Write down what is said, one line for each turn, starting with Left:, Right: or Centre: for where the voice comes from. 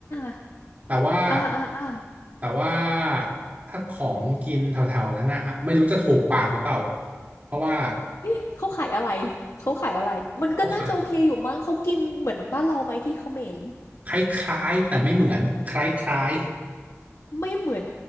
Left: ๆๆ
Right: แต่ว่า
Left: อาๆ
Right: แต่ว่าถ้าของกินแถวๆนั้นนะอ่ะไม่รู้จะถูกปากหรือเปล่าเพราะว่า
Left: ๆเขาขายอะไรเขาขายอะไร มันก็น่าจะโอเคอยู่มั้งเขากินเหมือนบ้านเราไหมที่เขมร
Right: เขาขาย คล้ายๆแต่ไม่เหมือนคล้าย
Left: ไม่เหมือน